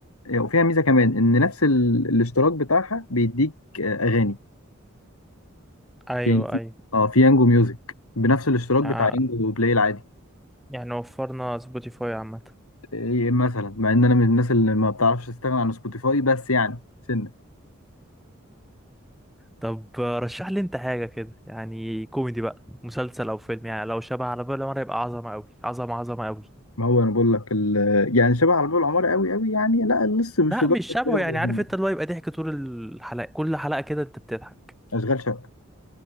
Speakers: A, on the left; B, in the centre.
A: آه، وفيها ميزة كمان إن نفس ال... الاشتراك بتاعها بيديك آه، أغاني
B: ايوه
A: يعني في
B: ايوه
A: اه في يانجو ميوزك بنفس الاشتراك
B: يع-
A: بتاع يانجو بلاي العادي
B: يعني وفرنا سبوتيفاي عامة
A: إيه مثلا مع إن أنا من الناس اللي ما بتعرفش تستغنى عن سبوتيفاي بس يعني سنة
B: طب آه، رشح لي انت حاجه كده يعني كوميدي بقى مسلسل او فيلم يعني لو شبه على بالي مره يبقى عظمه قوي عظمه عظمه قوي
A: ما هو أنا بقول لك ال... يعني شبه على باب العمارة قوي قوي يعني لا لسه مش
B: لا
A: لدرجة
B: مش شبهه
A: زي ما
B: يعني
A: بقول
B: عارف
A: لك.
B: انت اللي هو يبقى ضحك طول الحلقه كل حلقه كده انت بتضحك
A: أشغال شقة